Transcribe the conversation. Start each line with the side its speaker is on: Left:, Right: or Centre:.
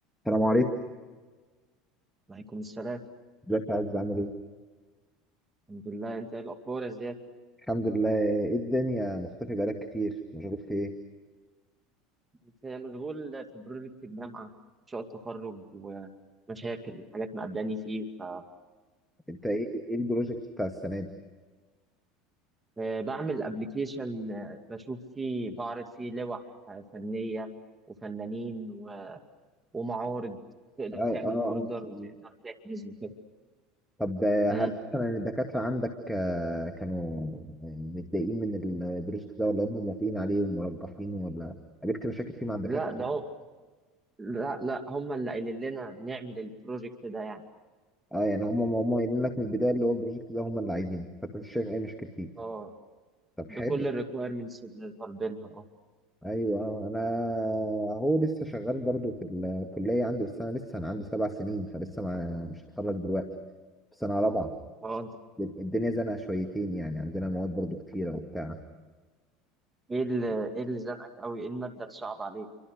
Centre: السلام عليكم
Right: وعليكم السلام
Centre: ازيك يا عز عامل ايه؟
Right: الحمد لله انت ايه الاخبار يا زياد
Centre: الحمد لله ايه الدنيا مختفي بقالك كتير مشغول في ايه؟
Right: انت مشغول في بروجكت الجامعه مشروع التخرج ومشاكل وحاجات مقابلاني فيه فاهو
Centre: انت ايه ايه البروجكت بتاع السنة دي؟
Right: آه، بعمل ابلكيشن بشوف فيه بعرض فيه لوح آه، فنيه وفنانين و- ومعارض تقدر
Centre: اه
Right: تعمل
Centre: اه
Right: اوردر
Centre: اه ما شاء
Right: وتقدر
Centre: الله
Right: تحجز وكده
Centre: طب آه،
Right: مم.
Centre: هل مثلا الدكاترة عندك آه، كانوا آه، متضايقين من البروجكت ده ولا هم موافقين عليه ومرجحينه ولا قابلت مشاكل فيه مع الدكاترة؟
Right: لا ده هو لا لا هم اللي قايلين لنا نعمل البروجكت ده يعني
Centre: اه يعني هم هم هم قايلين لك من البداية اللي هو البروجكت ده هم اللي عايزينه فانت مش شايف اي مشاكل فيه
Right: اه
Centre: طب
Right: بكل
Centre: حلو
Right: الريكويرمنتس اللي طالبينها اه
Centre: ايوه آه، انا هو لسه شغال برضو في الكليه عندي بس انا لسه انا عندي سبع سنين فلسه ما مش هتخرج دلوقتي في سنه رابعه
Right: اه
Centre: الدنيا زنقه شويتين يعني عندنا مواد برضو كتيره وبتاع
Right: ايه اللي ايه اللي زنقك قوي ايه المادة اللي صعبة عليك